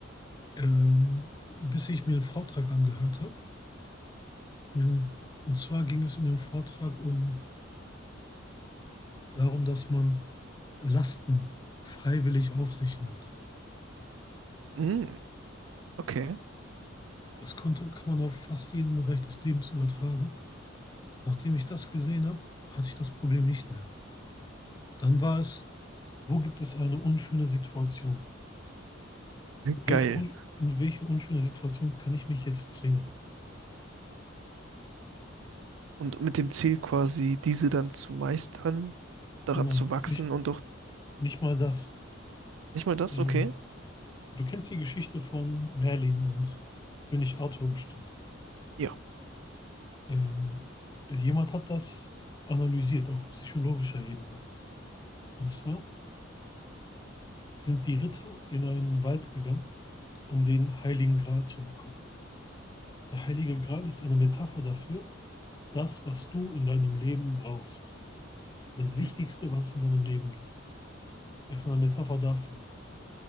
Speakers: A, on the left; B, on the right.
A: ähm, bis ich mir einen Vortrag angehört habe. Hm, Und zwar ging es in dem Vortrag um darum, dass man Lasten freiwillig auf sich nimmt.
B: Mm, Okay,
A: Das konnte, kann man auf fast jeden Bereich des Lebens übertragen. Nachdem ich das gesehen habe, hatte ich das Problem nicht mehr. Dann war es, wo gibt es eine unschöne Situation? In welche,
B: geil.
A: un in welche unschöne Situation kann ich mich jetzt zwingen?
B: Und mit dem Ziel quasi, diese dann zu meistern, daran
A: Nein,
B: zu wachsen
A: nicht,
B: und doch
A: nicht mal das.
B: nicht mal das,
A: Ähm,
B: okay?
A: du kennst die Geschichte von Merlin und König Arthur bestimmt.
B: Ja.
A: Ähm, jemand hat das analysiert auf psychologischer Ebene. Und zwar, sind die Ritter in einen Wald gegangen, um den Heiligen Gral zu bekommen. Der Heilige Gral ist eine Metapher dafür, das, was du in deinem Leben brauchst. Das
B: Mhm.
A: Wichtigste, was es in deinem Leben gibt, ist eine Metapher dafür.